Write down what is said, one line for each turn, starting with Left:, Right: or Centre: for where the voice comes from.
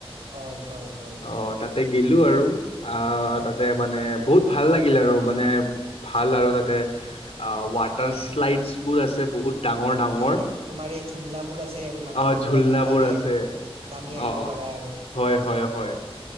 Right: হয় হয় হয়
Left: অ
Right: হয়
Left: তাতে গিলো আৰু আ
Right: অঁ
Left: তাতে মানে বহুত ভাল ভাল লাগিল আৰু মানে ভাল আৰু তাতে অ ৱাটাৰ
Right: হয়
Left: শ্লাইডছ বোৰ আছে বহুত ডাঙৰ ডাঙৰ
Right: মানে তোমাৰ এই ঝুলনাবোৰ আছে আৰু মানে
Left: অ
Right: যৰ
Left: ঝুলনাবোৰ
Right: পৰা তুমি নামি
Left: আছে
Right: আহি নামি আহিব
Left: অ অ
Right: পাৰা আৰু
Left: হয় হয় হয়